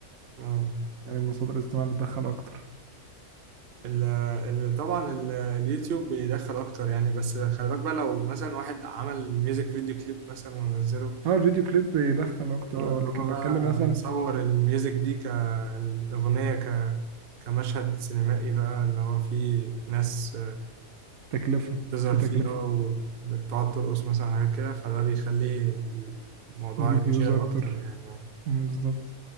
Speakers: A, on the right (about 50°); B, on the right (about 70°).
A: اه
B: <laughs> يعني المصادر الاجتماعية بتدخل اكتر
A: ال ال طبعا ال اليوتيوب بيدخل اكتر يعني بس خلي بالك بقى لو مثلا واحد عمل ميوزك فيديو كليب مثلا ونزله
B: اه الفيديو كليب بيدخل اكتر
A: اه اللي
B: اه لكن
A: هو
B: بتكلم
A: بقى
B: مثلا
A: مصور الميوزك دي كأغنية ك... كمشهد سينمائي بقى اللي هو فيه ناس
B: تكلفة
A: بتظهر
B: في تكلفة
A: فيه اه وبتقعد ترقص مثلا حاجات كده فده بيخليه الموضوع
B: يجيب
A: يتشير
B: فيوز اكتر
A: أكتر يعني
B: مم، بالظبط